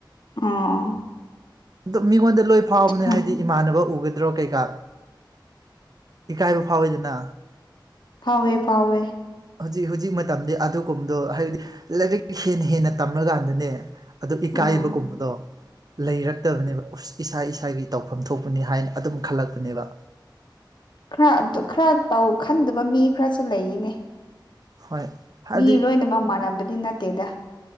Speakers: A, on the left; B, on the right.
A: ꯎꯝ
B: ꯑꯗꯨ ꯃꯤꯉꯣꯟꯗ ꯂꯣꯏ ꯐꯥꯎꯕꯅꯦ
A: ꯍꯝ,
B: ꯍꯥꯏꯗꯤ ꯏꯃꯥꯟꯅꯕ ꯎꯒꯗ꯭ꯔꯣ ꯀꯩꯀꯥ ꯏꯀꯥꯏꯕ ꯐꯥꯎꯋꯤꯗꯅ
A: ꯐꯥꯎꯋꯦ ꯐꯥꯎꯋꯦ
B: ꯍꯧꯖꯤꯛ ꯍꯨꯖꯤꯛ ꯃꯇꯝꯗꯤ ꯑꯗꯨꯒꯨꯝꯕꯗꯣ ꯍꯥꯏꯕꯗꯤ ꯂꯥꯏꯔꯤꯛ ꯍꯦꯟꯅ ꯍꯦꯟꯅ ꯇꯝꯃꯀꯥꯟꯗꯅꯦ ꯑꯗꯨ ꯏꯀꯥꯏꯕꯒꯨꯝꯕꯗꯣ
A: ꯑꯥ
B: ꯂꯩꯔꯛꯇꯕꯅꯦꯕ ꯎꯁ ꯏꯁꯥ ꯏꯁꯥꯒꯤ ꯇꯧꯐꯝ ꯊꯣꯛꯄꯅꯤ ꯍꯥꯏꯅ ꯑꯗꯨꯝ ꯈꯜꯂꯛꯄꯅꯦꯕ
A: ꯈꯔ ꯑꯗꯨ ꯈꯔ ꯇꯧ ꯈꯟꯗꯕ ꯃꯤ ꯈꯔꯁꯨ ꯂꯩꯔꯤꯅꯦ
B: ꯍꯣꯏ ꯍꯥꯏꯕꯗꯤ
A: ꯃꯤ ꯂꯣꯏꯅꯃꯛ ꯃꯥꯟꯅꯕꯗꯤ ꯅꯠꯇꯦꯗ